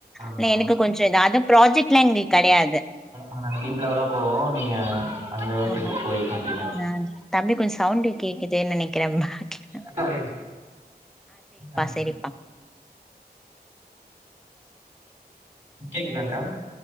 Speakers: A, on the right (about 40°); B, in the centre.
A: ஆமா
B: ஆனா எனக்கு கொஞ்சோ இதா அது ப்ராஜெக்ட்ல்லா எங்களுக்கு கெடையாது
A: ஆனா டீப் லெவலா போவோ நீங்க அந்த அளவுக்கு
B: ஆமா
A: எடுத்து போயிருக்க மாட்டீங்க
B: ஆ தம்பி கொஞ்சோ சவுண்ட் கேக்குதுன்னு நெனைக்கிறே பேக்ல
A: அக்கா ஓரே நான்
B: சரிப்பா
A: கேக்குதாங்க்கா